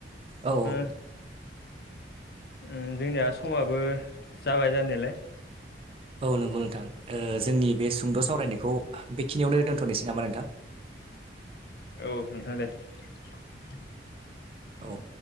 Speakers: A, on the right (about 30°); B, on the left (about 55°).
A: औ
B: <unintelligible> <unintelligible> जोंनिया समाबो जाबाय जानायालाय
A: औ नंगौ नोंथां जोंनि बे सुंद' सावरायनायखौ बेखिनियावनो दोनथ'नोसै नामा नोंथां
B: औ नोंथां दे <inaudible>
A: औ